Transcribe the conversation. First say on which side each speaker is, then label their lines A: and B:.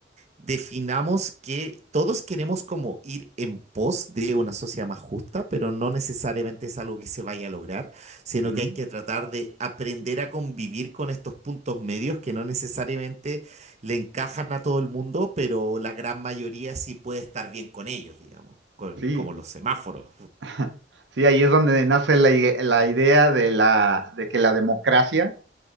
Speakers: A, on the right; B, on the right.
A: definamos que todos queremos como ir en pos de una sociedad más justa, pero no necesariamente es algo que se vaya a lograr, sino
B: Ujú.
A: que hay que tratar de aprender a convivir con estos puntos medios que no necesariamente le encajan a todo el mundo, pero la gran mayoría sí puede estar bien con ellos, digamos, con,
B: Sí,
A: como los semáforos.
B: <laughs> sí, ahí es donde nace la, i- la idea de la, de que la democracia,